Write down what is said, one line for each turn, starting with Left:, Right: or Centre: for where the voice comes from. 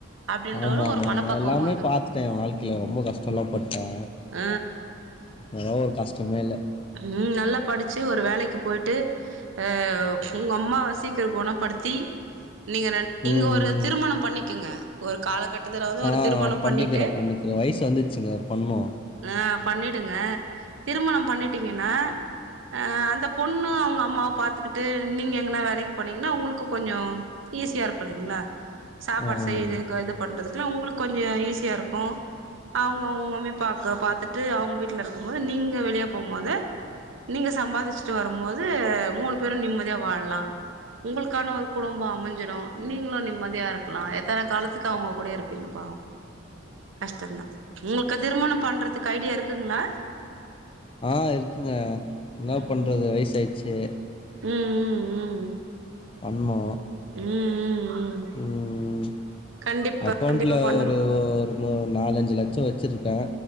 Right: அப்படின்ற
Left: ஆமா ஆமா
Right: ஒரு மனப்பக்குவ
Left: ஆமா நா எல்லாமே
Right: வந்துரு
Left: பாத்துட்டே வாழ்க்கைல ரொம்ப கஷ்டோ எல்லா பட்டே
Right: ஆ
Left: இதெல்லா ஒரு கஷ்டமே இல்ல
Right: ம் நல்லா படிச்சு ஒரு வேலைக்கு போயிட்டு அ உங்க அம்மாவ சீக்கர கொணப்படுத்தி நீங்க ரெண்
Left: ம்
Right: நீங்க ஒரு திருமணம் பண்ணிக்குங்க ஒரு காலகட்டத்துல வந்து
Left: ஆ
Right: ஒரு திருமணம்
Left: பண்ணிக்கிறே
Right: பண்ணிட்டு
Left: பண்ணிக்கிறே வயசு வந்துருச்சுங்க பண்ணு
Right: ஆ பண்ணிடுங்க திருமணம் பண்ணிட்டீங்கன்னா அ அந்த பொண்ணு அவுங்க அம்மாவ பாத்துக்கிட்டு நீங்க எங்கனா வேலைக்கு போனீங்கன்னா உங்களுக்கு கொஞ்சோ ஈஸியா இருக்கு இல்லைங்களா சாப்பாடு
Left: ஆமா
Right: செய்யறது கு இது பண்றதுக்குல்லா உங்களுக்கு கொஞ்சோ ஈஸியா இருக்கு அவுங்க அவுங்க மம்மிப்பாக்க பாத்துட்டு அவுங்க வீட்ல இருக்கும் போது நீங்க வெளிய போம்போது நீங்க சம்பாதிச்சுட்டு வரும் போது மூணு பேரு நிம்மதியா வாழலா உங்களுக்கான ஒரு குடும்பம் அமைஞ்சிடும் நீங்களு நிம்மதியா இருக்கலா எத்தன காலத்துக்கு அவுங்க கூட இருப்பீங்க பாவம் கஷ்டந்தா உங்களுக்கு திருமணம் பண்றதுக்கு ஐடியா இருக்குங்களா
Left: ஆ இருக்குங்க என்ன
Right: ம்
Left: பண்ணுறது வயசாயிடுச்சு
Right: ம் ம் ம்
Left: பண்ணு
Right: ம் ம் ம்
Left: ம்
Right: கண்டிப்பா
Left: அக்கௌண்ட்ல
Right: கண்டிப்பா பண்ணுங்க
Left: ஒரு ஒரு ஒரு நாலஞ்சு லட்சம் வச்சிருக்கே